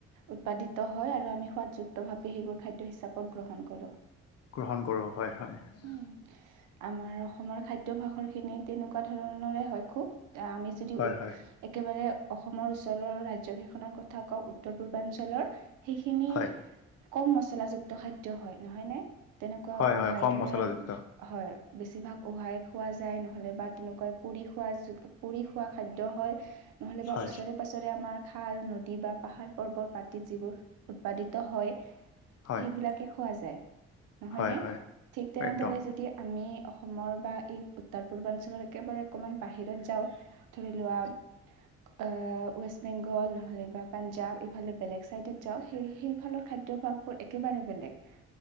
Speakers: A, on the right; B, on the left.
A: উৎপাদিত হয় আৰু আমি সোৱাদযুক্তভাৱে সেইবোৰ খাদ্য হিচাপত গ্ৰহণ কৰোঁ।
B: গ্ৰহণ কৰোঁ হয়, হয়।
A: উম। আমাৰ অসমৰ খাদ্যভাসৰ খিনি তেনেকুৱা ধৰণৰে হয় খুব <unintelligible> আমি যদি
B: হয়
A: উৎ
B: হয়
A: একেবাৰে অসমৰ ওচৰৰ ৰাজ্য কেইখনৰ কথা কওঁ উত্তৰ পূৰ্বাঞ্চলৰ সেইখিনি
B: হয়
A: কম মচলাযুক্ত খাদ্য হয় নহয় নে তেনেকুৱা
B: হয়
A: উহাই
B: হয় কম
A: কেনে
B: মছলাযুক্ত
A: হয় বেছিভাগ উহাই খোৱা যায় নহলে বা তেনেকুৱা পুৰি খোৱা পুৰি খোৱা খাদ্য হয় নহ'লে বা
B: হয়
A: ওচৰে তাৰ পাছৰে আমাৰ খাল নদী বা পাহাৰ-পৰ্বত মাটিত যিবোৰ উৎপাদিত হয়।
B: হয়
A: সেইবিলাকে খোৱা যায় নহয়নে
B: হয় হয়
A: ঠিক তেনেদৰে
B: একদম
A: যদি আমি অসমৰ বা এই উত্তৰ পূৰ্বাঞ্চলৰ একেবাৰে অকমান বাহিৰত যাওঁ। ধৰি লোৱা।
B: <unintelligible>
A: ৱেষ্ট বেংগল নহ'লেবা পাঞ্জাৱ এইফালে বেলেগ চাইডত যাওঁ সেই, সেই সেইফালৰ খাদ্যভাগ একেবাৰে বেলেগ